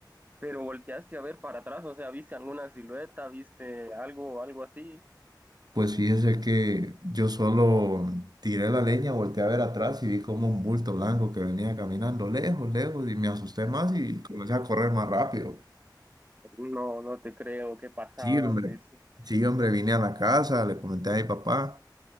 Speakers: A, on the right (about 20°); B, on the right (about 60°).
A: pero volteaste a ver para atrás, o sea, ¿viste alguna silueta? ¿Viste algo, algo así?
B: Pues fíjese que yo solo tiré la leña, volteé a ver atrás y vi como un bulto blanco que venía caminando lejos, lejos y me asusté más y comencé a correr más rápido.
A: No, no te creo, qué pasada,
B: Sí, hombre.
A: hombre, sí.
B: Sí, hombre, vine a la casa, le comenté a mi papá.